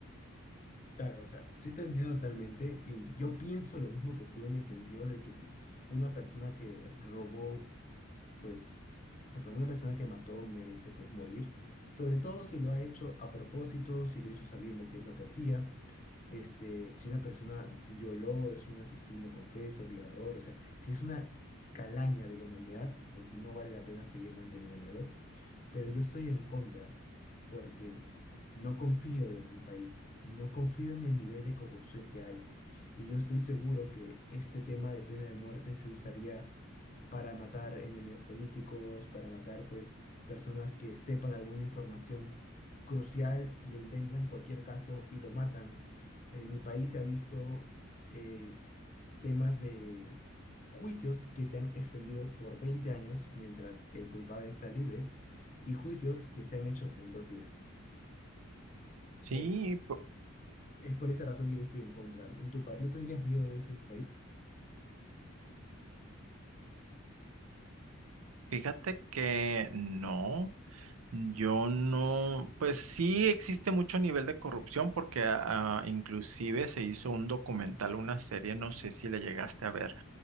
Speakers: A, on the left; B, on the right.
A: Claro, o sea, sí te entiendo totalmente y yo pienso lo mismo que tú en el sentido de que una persona que robó pues, o sea, para una persona que mató merece, pues, morir, sobre todo si lo ha hecho a propósito, si lo hizo sabiendo qué es lo que hacía, este, si una persona violó, es un asesino confeso, violador, o sea, si es una calaña de la humanidad, pues no vale la pena seguir manteniéndolo pero yo estoy en contra porque no confío en mi país, no confío en el nivel de corrupción que hay y yo estoy seguro que este tema de pena de muerte se usaría para matar enemigos políticos, para matar pues personas que sepan alguna información crucial, le inventan cualquier caso y lo matan. En mi país se ha visto eh, temas de juicios que se han extendido por 20 años mientras el culpable está libre y juicios que se han hecho en dos días.
B: Sí,
A: Es,
B: pu-
A: es por esa razón que yo estoy en contra. En tu pa- ¿no tendrías miedo de eso en tu país?
B: fíjate que no, yo no, pues sí existe mucho nivel de corrupción porque ah, inclusive se hizo un documental, una serie, no sé si la llegaste a ver,